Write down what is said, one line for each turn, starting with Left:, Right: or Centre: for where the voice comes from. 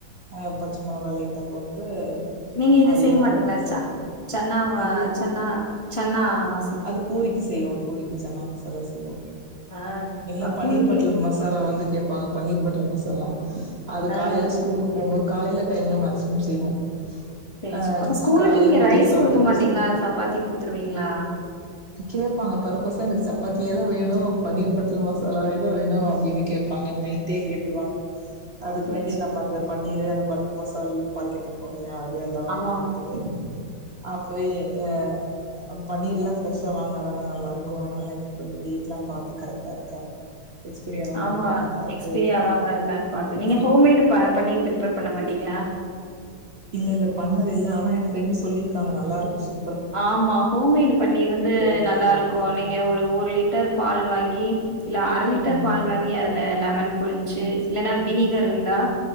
Right: அ பச்ச மொளகா லைட்டா போட்டு
Left: நீங்க இது
Right: அதையு
Left: செய்ய மாட்டீங்ளா வச்சா
Right: சாப்ட்டுப்பாங்க
Left: சன்னா ஆ
Right: இது
Left: சன்னா சன்னா மசால்
Right: அது பூரிக்கு செய்வோ பூரிக்கு சன்னா மசாலா செய்வோ
Left: ஆ
Right: எல்லா பன்னீர்
Left: பூரிக்கு
Right: பட்டல் மசாலா வந்து கேப்பாங்க பன்னீர் பட்டர் மசாலா அது
Left: ஆ
Right: காலையில ஸ்கூலுக்கு போம்போது காலைல டைம்ல மேக்சிமம் செய்வோ
Left: பேய்ர்ச்சு
Right: அ
Left: அப்ப ஸ்கூலுக்கு
Right: காலைல
Left: நீங்க
Right: வீட்ல
Left: ரைஸ்
Right: சாப்ட்டுட்டு
Left: குடுக்க மாட்டீங்ளா
Right: ஸ்கூல்
Left: சப்பாத்தி குடுத்துருவீங்ளா
Right: கேப்பாங்க பர்பஸா எனக்கு சப்பாத்தியே தா வேணு பன்னீர் பட்டல் மசாலா வேணு வேணு அப்டினு கேப் பாங்க அது நைட்டே கேட்ருவாங்க அதுக்கு
Left: சேரி
Right: வேண்டிய
Left: சே
Right: நம்ம அந்த பன்னீரு அந்த பட்டர் மசால் பாக்கிட்ருக்கு இல்லையா அது எல்லா வாங்கி
Left: ஆமா ஆமா
Right: குடுத்துட்டு அப்பவே அ அ பன்னீர்லா ஃப்ரெஷா வாங்கனா தான நல்லா இருக்கு அதனால நைட் போய் டேட்லா பாத்து கரெக்டா இருக்கா எக்ஸ்பீரி ஆகாம
Left: ஆமா
Right: இருக்காலா பாத்து
Left: எக்ஸ்பீரி
Right: வாங்கிட்டு
Left: ஆகாம இருக்கான் பாத் நீங்க ஹோம்மேடு ப பன்னீர் பிரிப்பர் பண்ண மாட்டீங்ளா
Right: இல்ல இல்ல பண்ணது இல்ல ஆனா எ ஃப்ரெண்டு சொல்லிருக்காங்க நல்லா இருக்கு சூ
Left: ஆமா ஹோம்மேடு பன்னீர் வந்து
Right: இப்ப
Left: நல்லா இருக்கு
Right: இருக்குன்னு
Left: நீங்க ஒரு ஒரு லிட்டர் பால் வாங்கி இல்ல அர லிட்டர்
Right: ம்
Left: பால் வாங்கி அதுல லெமன் புழிஞ்சி இல்லனா வினிகர்ருந்தா